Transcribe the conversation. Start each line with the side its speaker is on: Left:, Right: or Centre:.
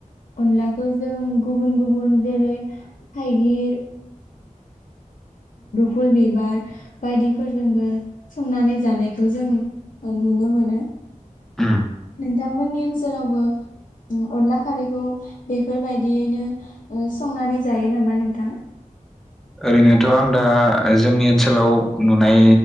Left: अनलाखौ जों गुबुन गुबुन जेरै थाइगिर फुल बिबार बायदिफोरजोंबो संनानै जानायखौ जों नुनो मोनो
Centre: उम
Left: नोंथांमोननि ओनसोलावबो अनला खारैखौ बेफोरबायदियैनो संनानै जायो नामा नोंथां
Centre: ओरैनोथ‌ आं दा जोंनि ओनसोलाव नुनाय